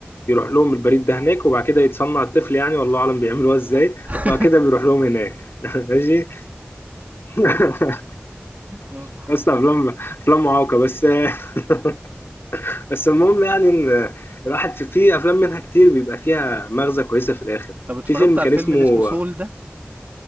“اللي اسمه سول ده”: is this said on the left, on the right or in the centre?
Right